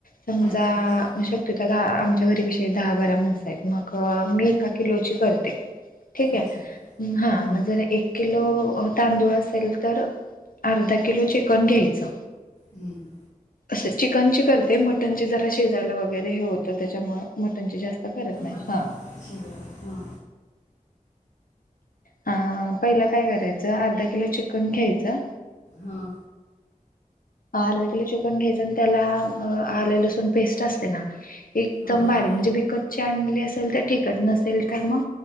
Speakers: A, on the left; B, on the left.
A: समजा
B: अच्छा अच्छा
A: मशक त त्या दहा आमच्या घरी विषय दहा बारा माणसं आहेत मग मी एका किलोची करते. ठीक हे
B: अच्छा
A: हा
B: हं,
A: मग जरा एक किलो तांदूळ असेल तर अर्धा किलो चिकन घ्यायचं.
B: हम्म
A: असे चिकन ची करते मटन ची जरा शीजायला वगैरे हे होतं त्याच्यामुळ मटनची जास्त करत नाही
B: मटन
A: हां
B: शिजवा हां
A: आ पहिला काय करायचं अर्धा किलो चिकन घ्यायचं.
B: हां
A: अर्धा किलो चिकन घ्यायचं आणि त्याला आल लसूण पेस्ट असते ना एकदम
B: हां
A: भारी
B: हां
A: म्हणजे विकत चांगली असेल तर ठिकच नसेल तर म